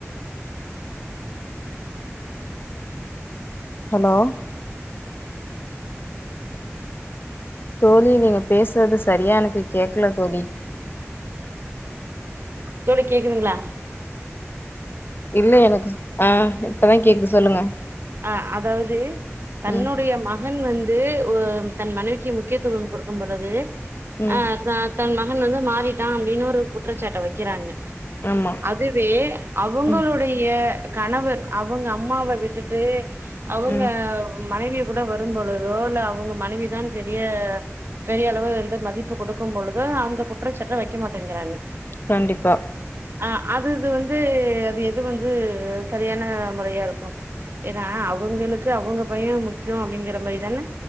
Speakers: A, on the left (about 45°); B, on the right (about 50°).
A: ஹலோ தோழி நீங்க பேசுறது சரியா எனக்கு கேக்கல தோழி
B: தோழி கேக்குதுளா
A: இல்ல எனக்கு சுத் ஆ இப்பதா கேக்குது சொல்லுங்க
B: அ அதாவது தன்னுடைய
A: ம்
B: மகன் வந்து ஒ தன் மனைவிக்கி முக்கியத்துவம் குடுக்கும் பொழுது
A: ம்
B: அ த தன் மகன் வந்து மாறிட்டா அப்டின்னு ஒரு குற்றச்சாட்ட வைக்கிறாங்க
A: ஆமா
B: அதுவே அவங்களுடைய
A: ம்
B: கணவர் அவங்க அம்மாவ விட்டுட்டு அவங்க
A: ம்
B: மனைவிய கூட வரும் பொழுதோ இல்ல அவங்க மனைவிதான் பெரிய பெரிய அளவு என்ற மதிப்பு கொடுக்கும் பொழுது அந்த குற்றச்சாட்ட வைக்க மாட்டேங்கிறாங்க
A: கண்டிப்பா
B: ஆ அது இது வந்து அது எது வந்து சரியான முறையா இருக்கு ஏன்னா அவங்களுக்கு அவங்க பைய முக்கியோ அப்டிங்கிற மாரிதான